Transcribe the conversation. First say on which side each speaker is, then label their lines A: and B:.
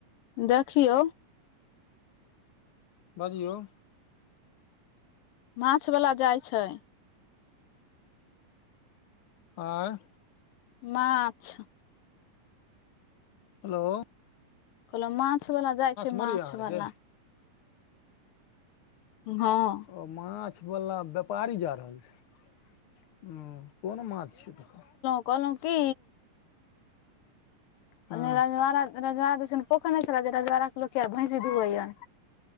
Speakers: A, on the left (about 85°); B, on the left (about 55°).
A: देखियौ
B: बजियौ।
A: माछ वला जाय छै।
B: आंँय
A: माछ
B: हेलो
A: कहलो माछ वला जाय छै
B: मरैये
A: माछ
B: अहाँ आरके
A: वला। नहँ।
B: ओ माछ वला व्यापारी जा रहल छै हूँ कोन माछ छैय तऽ।
A: कहलौ की
B: हँ
A: ओनी रज- रजवड़ा दिसन पोखर नै छेलै जे रजवाड़क लोक ओर भैंसी दुहैया।